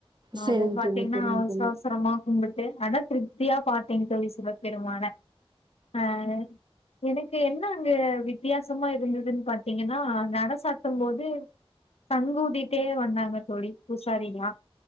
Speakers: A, on the right (about 45°); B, on the left (about 80°).
A: சரிங்க
B: அது பாத்தீங்கன்னா
A: தோழி சரிங்க
B: அவசர
A: தோழி
B: அவசரமா கும்பிட் டு ஆனா திருப்தியா பாத்தேங்க தோழி சிவபெருமான ஆ எனக்கு என்ன அங்க வித்தியாசமா இருந்ததுன் பாத்தீங்கன்னா நட சாத்தும் போது சங்கூதிட்டே வந்தாங்க தோழி புசாரிலா